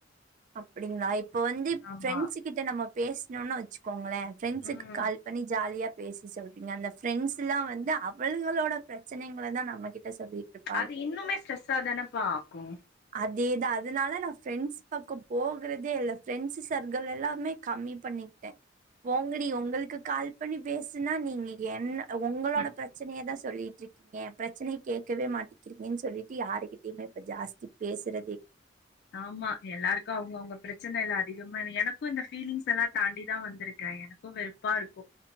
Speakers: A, on the right; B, on the left.
A: அப்டிங்களா இப்ப வந்து
B: ஆமா
A: ஃப்ரெண்ட்ஸ் கிட்ட நம்ம பேச்ணோன்னு வெச்சுக்கோங்களே ஃப்ரெண்ட்ஸுக்கு
B: ம்
A: கால் பண்ணி நீ ஜாலியா பேசு சொல்றீங்க அந்த ஃப்ரெண்ட்ஸ் எல்லா வந்து அ அவளுகளோட ப்ரச்சனைங்கள தா நம்ம கிட்ட சொல்லிட்டு இருப்
B: அது இன்னுமே ஸ்ட்ரெஸ்ஸா தானப்பா ஆகு
A: அதேதா அதுனால நா ஃப்ரெண்ட்ஸ் பக்கொ போகறதே இல்ல ஃப்ரெண்ட்ஸ் சர்கிள் எல்லாமே கம்மி பண்ணிக்கிட்டே போங்கடி உங்களுக்கு கால் பண்ணி பேசுனா நீங்க என்ன உங்களோட
B: ம்
A: ப்ரச்சனைய தா சொல்லிட்டு இருக் ஏ ப்ரச்சனிய கேக்கவே மாட்டிங்கிறீங்கன்னு சொல்லிட்டு யாருகிட்டைமே இப்ப ஜாஸ்தி பேசுறதே
B: ஆமா எல்லாருக்கு அவுங்கவுங்க ப்ரச்சன எல்லா அதிகமா எனக்கு இந்த ஃபீலிங்ஸ் எல்லா தாண்டி தா வந்திருக்க எனக் கு வெறுப்பா இருக்கு